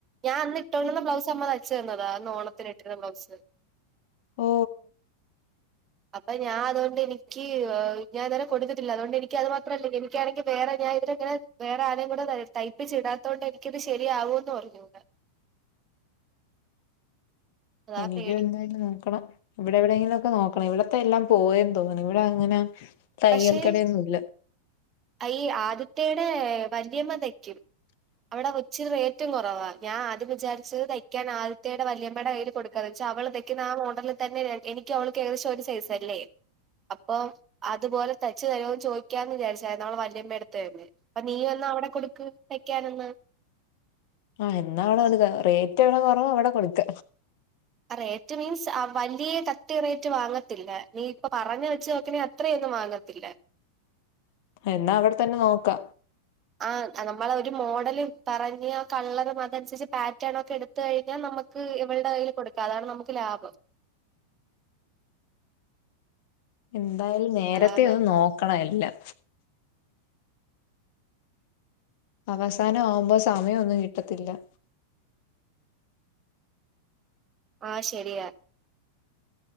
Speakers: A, on the right; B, on the left.
A: ഞാൻ അന്ന് ഇട്ടോണ്ട് വന്ന ബ്ലൗസ് അമ്മ തൈച്ചു തന്നതാ. അന്ന് ഓണത്തിന് ഇട്ടിരുന്ന ബ്ലൗസ്.
B: ഓ.
A: അപ്പൊ ഞാൻ അതോണ്ട് എനിക്ക് ഞാൻ ഇതരെ കൊടുക്കത്തില്ല. അതുകൊണ്ട് എനിക്ക് അത് മാത്രല്ല, എനിക്കാണെങ്കിൽ വേറെ ഞാൻ ഇതിങ്ങനെ. വേറെ ആരെയും കൂടെ ത തയ്പ്പിച്ച് ഇടാതോണ്ട് എനിക്കത് ശരിയാവോന്നും അറിഞ്ഞൂട അതാ
B: എനിക്ക്
A: പേടി
B: എന്തായാലും നോക്കണം. ഇവിടെ എവിടെങ്കിലൊക്കെ നോക്കണം. ഇവിടത്തെ എല്ലാം പോയെന്ന് തോന്നുന്നു. ഇവിടെ അങ്ങനെ. തയ്യൽ
A: പക്ഷേ
B: കടയൊന്നും ഇല്ല
A: ഈ ആദിത്തെയുടെ വല്യമ്മതയ്ക്കും. അവിടെ കൊച്ച് റേറ്റും കുറവാ. ഞാൻ ആദ്യം വിചാരിച്ചത് തയ്ക്കാൻ ആദ്യത്തയുടെ വല്യമ്മയുടെ കയ്യില് കൊടുക്ക വെച്ചാ അവളതൈക്കുന്ന ആഹ് മോഡലിൽ തന്നെ എനിക്ക് അവൾക്ക് ഏകദേശം ഒരു സൈസല്ലേ? അപ്പൊ അതുപോലെ തൈച്ചു തരോന്ന് ചോദിക്കാന്ന് വിചാരിച്ചതായിരുന്നു അവളുടെ വല്യമ്മേടടുത്ത് തന്നെ. അപ്പൊ നീയും എന്ന അവിടെ കൊടുക്ക് തയ്ക്കാനൊന്ന്.
B: ആഹ് എന്നാ അവിടെ കൊടുക്ക റേറ്റ് എവിടെ കൊറവ അവിടെ കൊടുക്ക
A: റേറ്റ് മീൻസ് വലിയ കത്തി റേറ്റ് വാങ്ങത്തില്ല നീ ഇപ്പ പറഞ്ഞ വെച്ച് നോക്കുമ്പോ അത് ത്രയൊന്നും വാങ്ങത്തില്ല
B: എന്നാ അവിടെ തന്നെ നോക്കാം
A: ആഹ് നമ്മള ഒരു മോഡല് പറഞ്ഞ ആഹ് കള്ളതും അതനുസരിച്ച് പാറ്റേണൊക്കെ എടു ഴിഞ്ഞാ നമക്ക് ഇവൾടെ കയ്യിൽ കൊടുക്കാം അതാണ് നമുക്ക് ലാഭം
B: എന്തായാലും നേരത്തെ
A: അതാണ് നല്ലത്
B: ഒന്ന് നോക്കണം എല്ലാം അവസാനം ആവുമ്പോ സമയംഒന്നും കിട്ടത്തില്ലാ.
A: ആ ശരിയാ